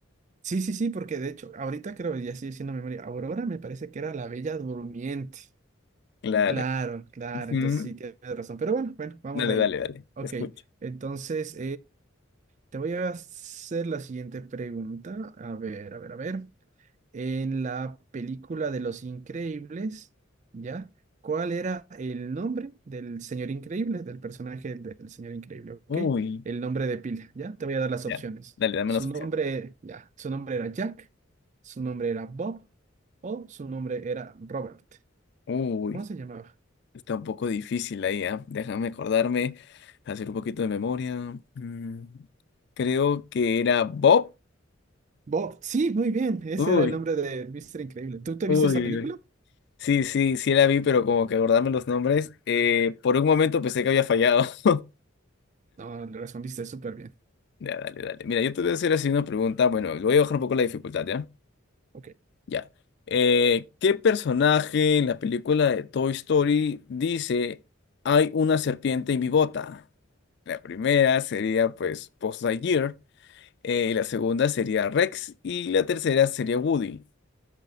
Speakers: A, on the right; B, on the left.
A: Sí, sí, sí, porque de hecho, ahorita creo, ya estoy haciendo memoria, Aurora me parece que era la Bella Durmiente.
B: Claro.
A: Claro, claro,
B: Ujú.
A: entonces sí, tienes razón. Pero bueno, bueno, vamos
B: Dale,
A: ahí.
B: dale, dale.
A: Ok,
B: Te escucho.
A: entonces, Te voy a hacer la siguiente pregunta. A ver, a ver, a ver. En la película de Los Increíbles, ¿ya? ¿Cuál era el nombre del señor increíble, del personaje del señor increíble? ¿Ok?
B: Uy,
A: El nombre de pila, ¿ya? Te voy a dar las
B: ya.
A: opciones.
B: Dale, dame
A: Su
B: las opciones.
A: nombre, ya, su nombre era Jack, su nombre era Bob o su nombre era Robert.
B: Uy,
A: ¿Cómo se llamaba?
B: está un poco difícil ahí, ¿ah? Déjame acordarme, hacer un poquito de memoria. Mm, creo que era Bob.
A: Bob, sí, muy bien. Ese
B: Uy,
A: era el nombre de Mr. Increíble. ¿Tú te
B: uy,
A: viste esa película?
B: uy. Sí, sí, sí la vi, pero como que acordarme los nombres. eh, por un momento pensé que había fallado. <laughs>
A: No, le respondiste súper bien.
B: Ya, dale, dale. Mira, yo te voy a hacer así una pregunta. Bueno, le voy a bajar un poco la dificultad, ¿ya?
A: Ok.
B: Ya. Eh, ¿qué personaje en la película de Toy Story dice hay una serpiente en mi bota? La primera sería pues Buzz Lightyear, eh, la segunda sería Rex y la tercera sería Woody.